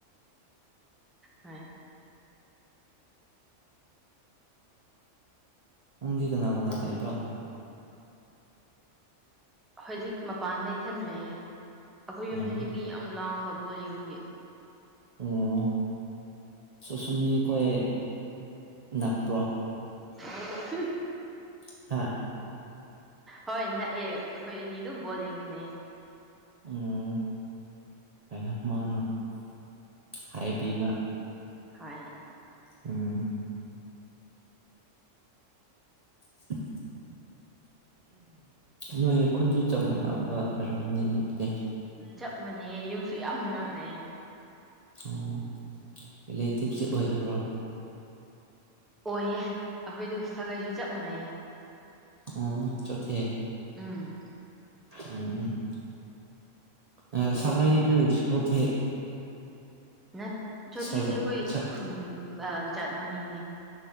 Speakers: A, in the centre; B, on the right.
A: ꯍꯣꯢ
B: ꯅꯪꯗꯤ ꯀꯅꯥ ꯀꯅꯥ ꯂꯩꯥꯕ꯭ꯔꯣ
A: ꯍꯧꯖꯤꯛ ꯃꯄꯥꯟꯗ ꯏꯊꯜ ꯂꯩꯑꯦ ꯑꯩꯈꯣꯏ
B: ꯎꯝ
A: ꯌꯨꯝꯗꯗꯤ ꯃꯤ ꯌꯥꯝ ꯂꯥꯡꯕ ꯕꯣꯜ ꯌꯦꯡꯕꯒꯤ
B: ꯑꯣ ꯁꯨꯁꯨꯝꯃꯤ ꯈꯣꯏ ꯅꯥꯛꯄ꯭ꯔꯣ
A: ꯑ <unintelligible>
B: ꯍꯥ
A: ꯍꯣꯏ ꯅꯛꯑꯦ ꯑꯩꯈꯣꯏ ꯑꯅꯤ ꯑꯗꯨꯝ ꯕꯣꯜ ꯌꯦꯡꯃꯤꯟꯅꯌꯦ
B: ꯎꯝ ꯍꯥꯏꯅ ꯃꯥꯅ ꯍꯥꯏꯕꯤꯕ
A: ꯍꯣꯏ
B: ꯎꯝ <unintelligible> ꯅꯣꯏ ꯈꯨꯟꯁꯨ ꯆꯞ ꯃꯥꯟꯅꯕ ꯑꯣꯏꯔꯝꯒꯅꯤꯅꯦ ꯑꯗꯨꯗꯤ
A: ꯆꯞ ꯃꯥꯟꯅꯌꯦ ꯌꯨꯝꯁꯨ ꯌꯥꯝ ꯅꯛꯅꯌꯦ
B: ꯑꯣ ꯔꯤꯂꯦꯇꯤꯞꯇꯤ ꯑꯣꯏꯗꯕ꯭ꯔꯣ
A: ꯑꯣꯏꯌꯦ ꯑꯩꯈꯣꯏꯗꯣ ꯁꯥꯒꯩꯁꯨ ꯆꯞ ꯃꯥꯟꯅꯩꯌꯦ
B: ꯑꯣ ꯆꯣꯊꯦ
A: ꯎꯝ
B: ꯎꯝ ꯎꯝ ꯑ ꯁꯒꯥꯏꯗꯤ
A: ꯌꯨꯝꯁꯨ
B: ꯊꯦ
A: ꯅ ꯆꯣꯊꯦꯗꯤ
B: ꯁꯥꯒ
A: ꯑꯩꯈꯣꯏ
B: ꯁꯛ
A: ꯈꯨꯟ ꯖꯥꯠ ꯃꯃꯤꯡꯅꯦ